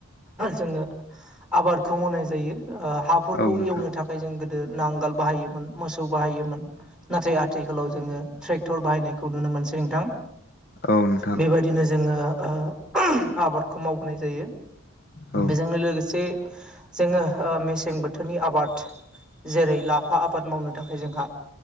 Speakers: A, in the centre; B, on the left (about 50°).
A: जोङो आबादखौ मावनाय जायो ओ हाफोरखौ
B: औ नोंथां
A: एवनो थाखाय जों गो नांगाल बाहायोमोन मोसौ बाहायोमोन। नाथाय आथिखालाव जोङो ट्रेक्टर बाहायनायखौ नुनो मोनसै नोंथां।
B: औ नोंथां।
A: बेबायदिनो जोङो ओ आबादखौ मावबोनाय जायो
B: औ
A: बेजोंनो लोगोसे जोङो ओ मेसें बोथोरनि आबाद जेरै लाफा आबाद मावनो थाखाय जोंहा